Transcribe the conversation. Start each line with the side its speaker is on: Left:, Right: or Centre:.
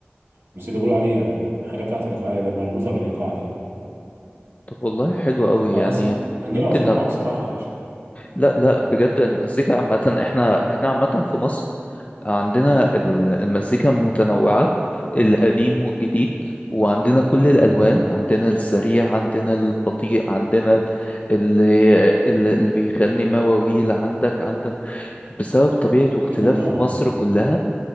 Right: الموسيقى بيقولوا عليه يعني حاجة بتاعته إيقاعية ده مربوطة بالإيقاع دايما
Left: طب والله حلو قوي
Right: اه
Left: يعني
Right: بس كان
Left: ممكن
Right: جيل عظماء
Left: أب...
Right: بصراحة يا باشا
Left: لا لا بجد المزيكا عامة احنا احنا عامة في مصر عندنا ال- المزيكا متنوعة القديم والجديد وعندنا كل
Right: مم.
Left: الألوان عندنا السريع عندنا البطيء عندنا اللي اللي بيخلني مواويل عندك عندك بسبب طبيعة واختلاف
Right: في تنوع
Left: في مصر
Right: آه.
Left: كلها